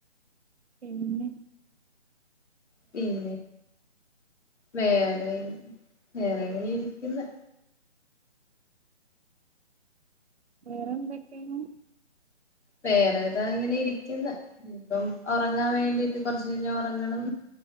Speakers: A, on the right; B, on the left.
A: എന്നെ
B: പിന്നെ വേറെ വേറെ ഇങ്ങനെ ഇരിക്കുന്ന്
A: വേറെ എന്തൊക്കെയാണ്
B: വേറെ ഏതാ ഇങ്ങനെ ഇരിക്കുന്നു ഇപ്പം ഒറങ്ങാൻ വേണ്ടീട്ട് കൊറച്ച് കഴിഞ്ഞ ഒറങ്ങണം